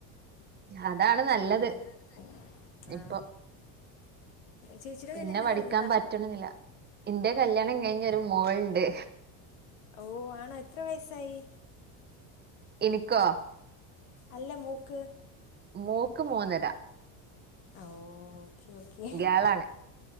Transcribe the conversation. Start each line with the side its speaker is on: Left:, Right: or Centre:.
Right: അതാണ് നല്ലത്
Left: അങ്ങനെ ആ
Right: ഇപ്പൊ
Left: ചേച്ചിയുടെ
Right: പിന്നെ
Left: കല്യാണം
Right: പഠിക്കാൻ
Left: കഴിഞ്ഞതാ
Right: പറ്റണെന്നില്ല ഇന്റെ കല്യാണം കഴിഞ്ഞ് ഒരു മോൾ ഉണ്ട്
Left: ഓ ആണോ എത്ര വയസ്സായി
Right: എനിക്കോ
Left: അല്ല മോക്ക്
Right: മോക്ക് മൂന്നര
Left: ഓ ഓക്കേ ഓക്കേ
Right: ഗേളാണ്